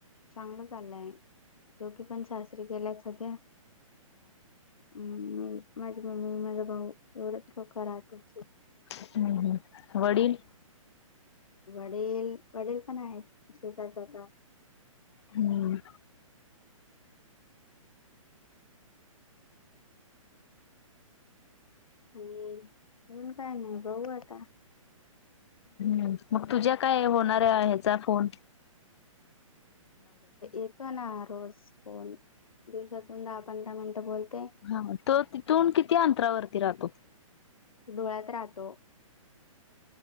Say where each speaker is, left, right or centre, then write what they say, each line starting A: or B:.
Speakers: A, on the left (about 80°); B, on the left (about 50°).
A: ચાંગલ ચાલલય દોગી પણ સાસરી ગલા છેધ્યા <unintelligible> હમ માી મમ્મી માા ભઉ એવડે જ લોકોોકા રાત છે <unintelligible>
B: હમ, હમ. વડીલ.
A: વડલ વડલ પણ શ હતા <unintelligible>
B: હમ.
A: અને હ ક ન બઉુ આ હતા <unintelligible>
B: મ તુજા કઈ હોના હે ફોન <unintelligible>
A: એતોો ના રોજ ફોન દિવસત દા પંદ મનટ બોલતે <unintelligible>
B: હા તો ત તું કિ અંતરા વથી રાતો <unintelligible>
A: ડોળત રાહતો <unintelligible>